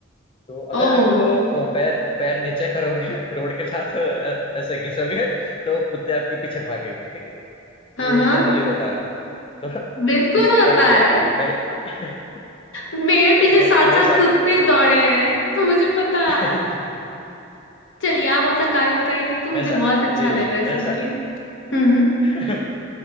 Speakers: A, on the left (about 25°); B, on the left (about 65°).
A: तो अगर
B: ओ
A: आप अ, पैर पैर नीचे करोगे <laughs> रोड के साथ अ, ऐसे घिसोगे तो कुत्ते आपके पीछे भागेंगे ठीक है
B: हाँ
A: ये
B: हाँ
A: जनरली होता है तो <laughs>
B: बिल्कुल
A: उसने क्या
B: होता
A: किया
B: है
A: मेरे <laughs>
B: मेरे पीछे
A: मैं,
B: सात
A: मैंने
B: सात
A: साइकिल
B: कुत्ते दौड़े हैं तो मुझे पता है
A: <laughs>
B: चलिए आप अपना कार्य बताइए तो मुझे
A: मैं सा,
B: बहुत अच्छा
A: जी
B: लग रहा है सुन
A: मैं सा,
B: के हम्म
A: <laughs>